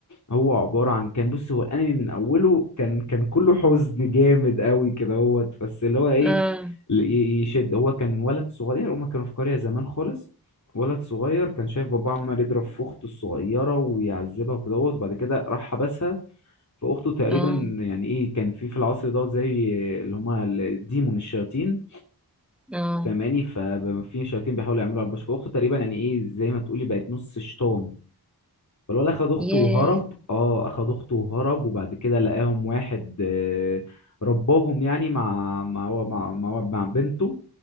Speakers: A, on the left (about 45°); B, in the centre.
A: هو عبارة عن كان بص هو الأنمي من أوله كان كان كله حزن جامد قوي كده هو بس اللي هو إيه
B: اه
A: ل- ي- يشد هو كان ولد صغير هما كانوا في قرية زمان خالص ولد صغير كان شايف باباه عمال يضرب في أخته الصغيرة ويعذبها وكده هوت، وبعد كده راح حبسها فأخته تقريبا
B: اه
A: يعني إيه كان في في العصر دوت زي اللي هما الديمون الشياطين
B: اه
A: فاهماني ففي شياطين بيحاولوا يعملوا على البشر فأخته تقريبا يعني إيه زي ما تقولي بقت نص شيطان فالولد اخد اخته
B: ياه
A: وهرب اه اخد اخته وهرب وبعد كده لقاهم واحد آه، رباهم يعني مع مع مع مع, مع بنته